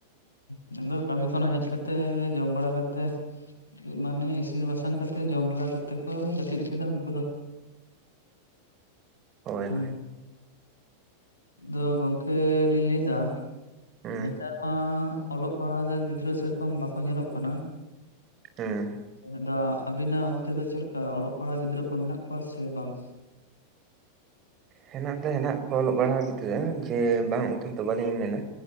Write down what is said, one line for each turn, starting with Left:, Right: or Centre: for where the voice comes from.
Left: ᱦᱩᱸ ᱟᱫᱚ ᱠᱟᱹᱢᱤ ᱠᱷᱚᱱ ᱦᱮᱡ ᱠᱟᱛᱮᱜ ᱡᱚᱢ ᱵᱟᱲᱟ ᱠᱟᱛᱮᱜ ᱢᱟᱱᱮ ᱤᱥᱤᱱ ᱵᱟᱥᱟᱝ ᱠᱟᱛᱮᱫ ᱡᱚᱢ ᱵᱟᱲᱟ ᱠᱟᱛᱮᱫ ᱠᱚ ᱡᱟᱹᱯᱤᱫ ᱠᱮᱫᱟ ᱩᱱᱠᱩ ᱫᱚ ᱾
Right: ᱦᱳᱭ
Left: ᱦᱮᱸ
Right: ᱦᱳᱭ
Left: ᱫᱚ ᱜᱚᱝᱠᱮ ᱞᱤᱧ ᱞᱟᱹᱭᱫᱟ ᱾
Right: ᱦᱩᱸ
Left: ᱱᱮᱛᱟᱨ ᱢᱟ ᱚᱞᱚᱜ ᱯᱟᱲᱦᱟᱣ ᱨᱮ ᱜᱤᱫᱽᱨᱟᱹ ᱥᱮᱨᱚᱠᱚᱢ ᱵᱟᱠᱚ ᱧᱮᱞᱚᱜ ᱠᱟᱱᱟ ᱾
Right: ᱦᱮᱸ ᱾
Left: ᱟᱫᱚ ᱟᱹᱵᱤᱱᱟᱜ ᱚᱱᱛᱮ ᱫᱚ ᱪᱮᱫ ᱞᱮᱠᱟ ᱚᱞᱚᱜ ᱯᱟᱲᱦᱟᱜ ᱜᱤᱫᱽᱨᱟᱹ ᱠᱚ ᱢᱮᱱᱟᱜ ᱠᱚᱣᱟ ᱥᱮ ᱵᱟᱝ?
Right: ᱦᱮᱱᱟᱜ ᱫᱚ ᱦᱮᱱᱟᱜ ᱠᱚ ᱚᱞᱚᱜ ᱯᱟᱲᱦᱟᱣ ᱜᱤᱫᱽᱨᱟᱹ ᱡᱮ ᱵᱟᱝ ᱩ ᱛᱚ ᱵᱟᱹᱞᱤᱧ ᱢᱮᱱᱟ